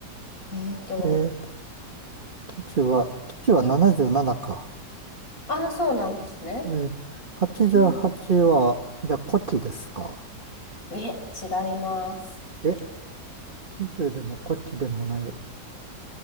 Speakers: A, on the left (about 55°); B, on the right (about 35°).
A: えっと、
B: えー基地は、基地は77か。
A: いああ、そうなんですね。
B: えー、88はちは、
A: うん、
B: じゃあ古希ですか。
A: いえ、違います。
B: え、きじゅうでも古希でもない。